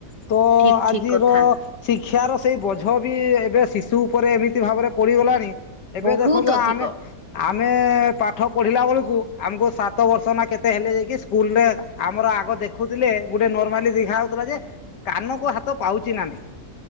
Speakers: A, on the left (about 85°); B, on the right (about 25°).
A: ତ
B: ଠିକ
A: ଆଜିର
B: ଠିକ କଥା।
A: ଶି କ୍ଷାର ସେଇ ବୋଝ ବି ଏବେ ଶିଶୁ ଉପରେ ଏମିତି ଭାବରେ ପଡ଼ିଗଲାଣି ଏବେ
B: ବହୁତ
A: ଦେଖନ୍ତୁ
B: ଅଧିକ
A: ଆମେ ଆ ମେ ପାଠ ପଢିଲା ବଳକୁ ଆମକୁ ସାତ ବର୍ଷ ନା କେତେ ହେଲେ ଯାଇକି ସ୍କୁଲ୍ ରେ ଆମର ଆଗ ଦେଖୁଥିଲେ ଗୋଟେ ନର୍ମାଲି ଦେଖା ହଉଥିଲା ଯେ କାନକୁ ହାତ ପାଉଚି ନା ନାହିଁ।